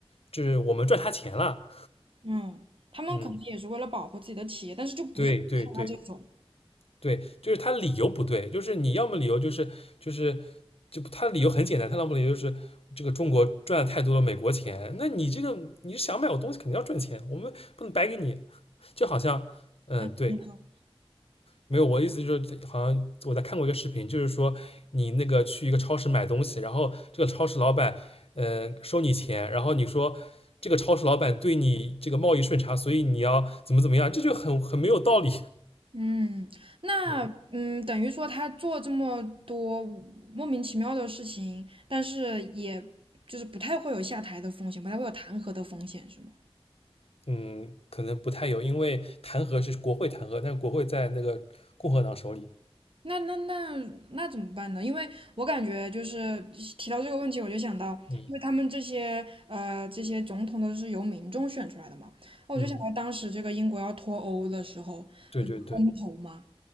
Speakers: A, on the left; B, on the right.
A: 就是我们赚他钱了。
B: 嗯，他们可能也是为了保护自己的企业，
A: 嗯，
B: 但是就不是他这种。
A: 对对对。对，就是他理由不对，就是你要么理由就是就是就他的理由很简单，他要么理由就是这个中国赚了太多了美国钱，那你这个你是想买我东西肯定要赚钱，我们不能白给你，就好像嗯对，
B: 嗯，你好。
A: 没有我的意思就是好像我在看过一个视频，就是说你那个去一个超市买东西，然后这个超市老板嗯、呃收你钱，然后你说。这个超市老板对你这个贸易顺差，所以你要怎么怎么样，这就很很没有道理。
B: 嗯，
A: <laughs>
B: 那嗯，
A: 嗯，
B: 等于说他做这么多莫名其妙的事情，但是也就是不太会有下台的风险，不太会有弹劾的风险，是吗？
A: 嗯，可能不太有，因为弹劾是国会弹劾，但是国会在那个共和党手里。
B: 那那那那怎么办呢？因为我感觉就是提到这个问题，我就想到，
A: 嗯
B: 因为他们这些呃这些总统都是由民众选出来的嘛，我就想到当时这个英国要脱欧的时候，
A: 嗯，对对对，
B: 不是公投嘛，